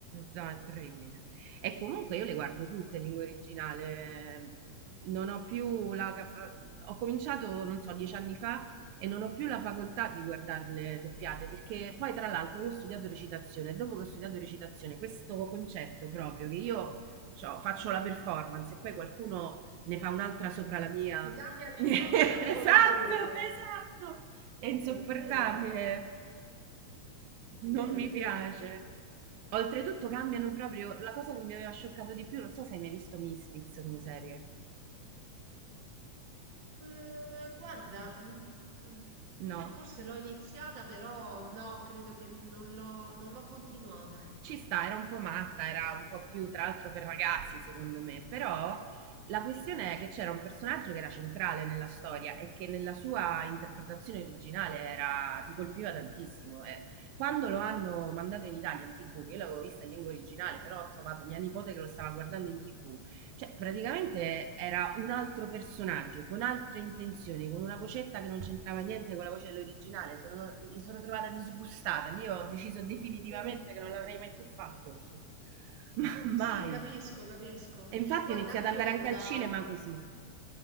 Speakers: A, on the right; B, on the right.
A: No, è terribile. E comunque io le guardo tutte in lingua originale. Non ho più la... fa- Ho cominciato, non so, dieci anni fa e non ho più la facoltà di guardarle doppiate perché poi tra l'altro io ho studiato recitazione e dopo che ho studiato recitazione questo concetto proprio che io cioè, faccio la performance e poi qualcuno ne fa un'altra sopra la mia...
B: Ti cambia
A: <laughs>
B: l'intenzione
A: Esatto,
B: con la voce.
A: esatto! È insopportabile.
B: È vero. È
A: Non
B: vero,
A: mi
B: è vero.
A: piace. Oltretutto cambiano proprio la cosa che mi aveva scioccato di più, non so se hai mai visto Misfits come serie.
B: Eh, guarda, mm, mm,
A: No.
B: io forse l'ho iniziata, però no, credo che non l'ho non l'ho continuata.
A: Ci sta, era un po' matta, era un po' più tra l'altro per ragazzi, secondo me, però la questione è che c'era un personaggio che era centrale nella storia e che nella sua interpretazione originale era ti colpiva tantissimo. E quando lo hanno mandato in Italia in TV, che io l'avevo vista in lingua originale, però ho trovato mia nipote che lo stava guardando in TV Cioè, praticamente era un altro personaggio, con altre intenzioni, con una vocetta che non c'entrava niente con la voce dell'originale. Sono- mi sono trovata disgustata. Lì ho deciso definitivamente
B: Vero?
A: che non l'avrei mai più fatto. Ma mai.
B: Sì, capisco, capisco.
A: E infatti
B: Guarda,
A: ho iniziato
B: anch'io
A: ad andare
B: vengo
A: anche
B: da,
A: al cinema così.